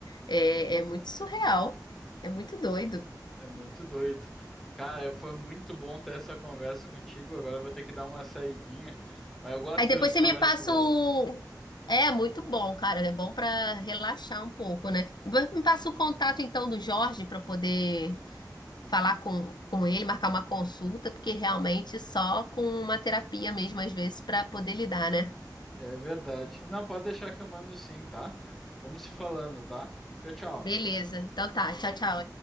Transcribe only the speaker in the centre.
É muito doido. Cara, foi muito bom ter essa conversa contigo. Agora eu vou ter que dar uma saidinha, mas eu gosto
dessas
conversas
por LOL.
É verdade. Não, pode deixar que eu mando sim, tá? Vamos se falando, tá? Tchau, tchau.